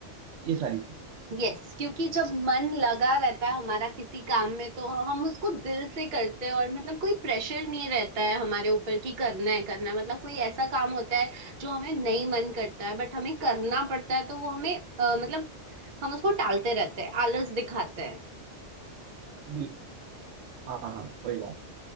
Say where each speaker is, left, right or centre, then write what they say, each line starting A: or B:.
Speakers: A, on the right; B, on the right.
A: ये सारी चीज
B: यस क्योंकि जब मन लगा रहता है हमारा किसी काम में तो हम उसको दिल से करते हैं और मतलब कोई प्रेशर नहीं रहता है हमारे ऊपर कि करना है करना है मतलब कोई ऐसा काम होता है जो हमें नहीं मन करता है बट हमें करना पड़ता है तो वो हमें अ, मतलब हम उसको टालते रहते हैं आलस दिखाते हैं
A: बिल्कुल हाँ हाँ हाँ, वही बात